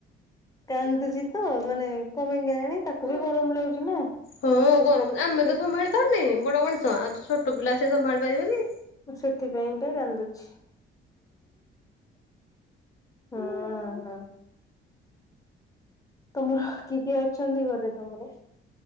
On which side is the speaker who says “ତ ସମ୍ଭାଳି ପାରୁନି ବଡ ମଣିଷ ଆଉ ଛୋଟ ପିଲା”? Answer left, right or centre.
Left